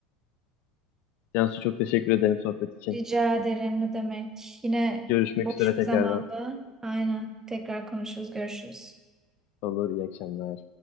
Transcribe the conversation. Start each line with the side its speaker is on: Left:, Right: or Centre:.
Left: Cansu çok teşekkür ederim sohbet için.
Right: Rica ederim ne demek. Yine
Left: Görüşmek
Right: boş
Left: üzere tekrardan.
Right: bir zamanda. Aynen. Tekrar konuşuruz, görüşürüz.
Left: Olur iyi akşamlar.